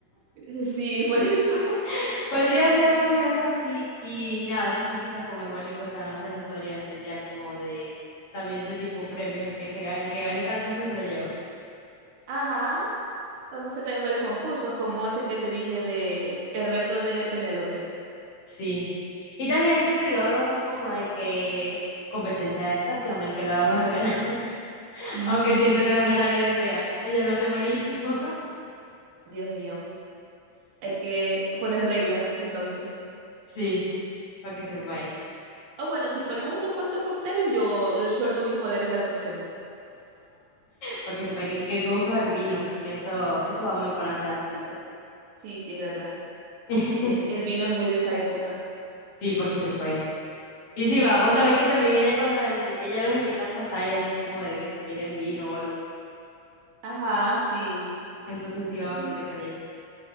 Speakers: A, on the right; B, on the left.
A: <laughs> Sí, fue eso.
B: <laughs> Podría ser más bien algo así. Y nada, esas cositas como igual y cuestan, se las podrían ser ya como de, también de tipo premios. El que se gane, el que gane tal cosa se lo lleva.
A: <laughs> Ajá. Podemos hacer también varios concursos, como ese que te dije de el reto de Penélope.
B: Sí. Y también el que te digo algo así como de que competencia de actuación, el que lo haga mejor gana. <laughs>
A: Sí,
B: Aunque siento que nos ganaría Andrea. Ella lo hace buenísimo. <laughs>
A: Dios mío. Hay que poner reglas, entonces.
B: Sí, para que sepáis.
A: O bueno, si ponemos unos cuantos cócteles, yo, yo suelto mis poderes de actuación.
B: Para que sepáis que, que hay que buscar vino, porque eso, eso va muy con la saga Circe.
A: Sí, sí, es verdad.
B: <laughs>
A: Eh, el vino es muy de esa época.
B: Sí, para que sepáis. Y sí,
A: Mm.
B: va, vos sabéis que también ella cuando en- ella los invita a pasar y así como de que si quieren vino o algo.
A: Ajá, sí.
B: Entonces
A: Uh,
B: sí va
A: uh.
B: bastante con ella.